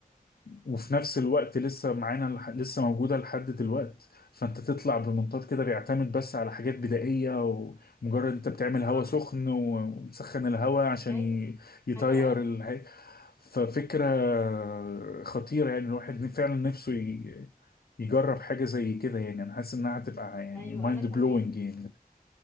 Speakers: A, on the left; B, on the left.
A: وفي نفس الوقت لسه معانا لح... لسه موجودة لحد دلوقت فانت تطلع بمنطاد كده بيعتمد بس على حاجات بدائية ومجرد انت بتعمل هواء
B: صح
A: سخن و- ومسخن الهواء عشان
B: ايوه
A: ي... يطير
B: حلو قوي
A: الح... ففكرة خطيرة يعني الواحد فعلا نفسه ي- يجرب حاجة زي كده يعني أنا حاسس إنها هتبقى يعني
B: ايوه
A: مايند
B: انا كمان
A: بلوينج يعني